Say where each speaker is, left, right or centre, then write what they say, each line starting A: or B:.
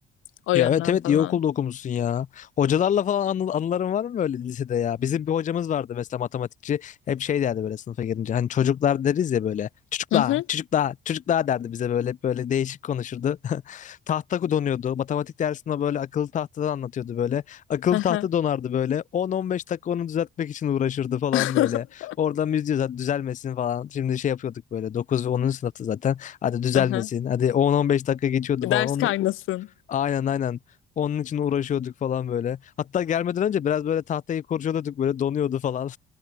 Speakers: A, on the left; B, on the left.
A: o yönden
B: Ya evet evet
A: falan.
B: iyi okulda okumuşsun ya. Hocalarla falan anı- anıların var mı böyle lisede ya? Bizim bir hocamız vardı mesela matematikçi. Hep şey derdi böyle sınıfa girince. Hani çocuklar deriz ya böyle. Çocuklar,
A: Hı hı.
B: çocuklar, çocuklar derdi bize böyle. Hep böyle değişik konuşurdu. <laughs> Tahta donuyordu. Matematik dersinde böyle akıllı tahtadan anlatıyordu böyle. Akıllı
A: Hı hı.
B: tahta donardı böyle. 10-15 dakika onu düzeltmek için uğraşırdı falan
A: <laughs>
B: böyle. Oradan biz diyoruz hadi düzelmesin falan. Şimdi şey yapıyorduk böyle 9 ve 10. sınıfta zaten. Hadi düzelmesin.
A: Hı hı.
B: Hadi 10-15 dakika geçiyordu
A: Ders
B: falan. Onu
A: kaynasın. <laughs>
B: Aynen aynen. Onun için uğraşıyorduk falan böyle. Hatta gelmeden önce biraz böyle tahtayı kurcalıyorduk böyle donuyordu falan.